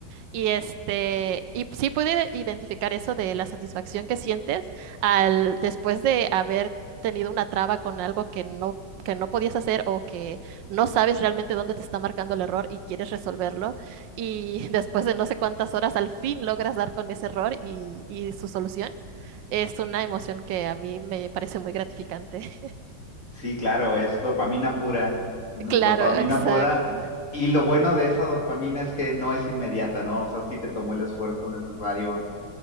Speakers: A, on the right; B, on the left.
A: Y, este, y sí pude identificar eso de la satisfacción que sientes al, después de haber tenido una traba con algo que no, que no podías hacer o que no sabes realmente dónde te está marcando el error y quieres resolverlo. Y <laughs> después de no sé cuántas horas, al fin logras dar con ese error y, y su solución. Es una emoción que a mí me parece muy gratificante. <laughs>
B: Sí, claro, es dopamina pura, dopamina
A: Claro, exacto.
B: pura. Y lo bueno de esa dopamina es que no es inmediata, ¿no? O sea, sí te tomó el esfuerzo necesario